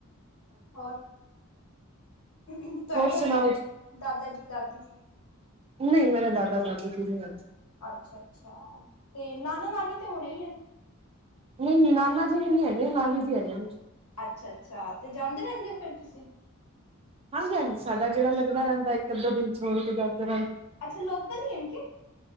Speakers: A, on the left; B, on the right.
A: ਹੋਰ? ਤੁਹਾਡੇ
B: ਹੋਰ
A: ਹੈਗੇ
B: ਸੁਣਾਓ
A: ਨੇ, ਦਾਦਾ ਜੀ, ਦਾਦੀ ਜੀ?
B: ਨਹੀਂ, ਮੇਰੇ ਦਾਦਾ-ਦਾਦੀ ਜੀ ਨਹੀਂ ਹੈ।
A: ਅੱਛਾ-ਅੱਛਾ, ਤੇ ਨਾਨਾ-ਨਾਨੀ ਤੇ ਹੋਣੇ ਈ ਨ?
B: ਨਹੀਂ, ਨਾਨਾ ਜੀ ਵੀ ਨੀ ਹੈਗੇਨ, ਨਾਨੀ ਜੀ ਹੈਗੇਨ।
A: ਅੱਛਾ-ਅੱਛਾ, ਤੇ ਜਾਂਦੇ ਰਹਿੰਦੇ ਓ ਫਿਰ ਤੁਸੀ?
B: ਹਾਂਜੀ-ਹਾਂਜੀ, ਸਾਡਾ ਗੇੜਾ ਲੱਗਦਾ ਰਹਿੰਦਾ ਇੱਕ-ਅੱਧਾ ਦਿਨ ਛੋੜਕੇ ਜਾਂਓ ਤ ਰਹਿੰ
A: ਅੱਛਾ, ਲੋਕਲ ਈ ਨ, ਕਿ?